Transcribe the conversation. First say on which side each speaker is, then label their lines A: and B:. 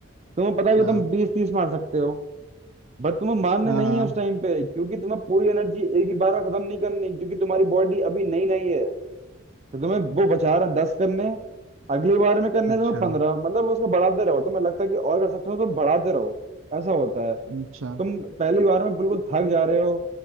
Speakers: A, on the right; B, on the right.
A: तुम्हें पता है कि
B: हाँ
A: तुम बीस तीस मार सकते हो बट तुम्हें मारने
B: हाँ
A: नहीं
B: हाँ
A: है उस टाइम पे क्योंकि तुम्हें पूरी एनर्जी एक ही बार में खत्म नहीं करनी क्योंकि तुम्हारी बॉडी अभी नई नई है तो तुम्हें वो बचा रहे दस करने अगली बार में करने
B: अच्छा
A: तुम्हें पंद्रह मतलब उसको बढ़ाते रहो तुम्हें लगता है कि और कर सकते हो तो बढ़ाते रहो ऐसा होता है
B: अच्छा
A: तुम पहली बार में बिल्कुल थक जा रहे हो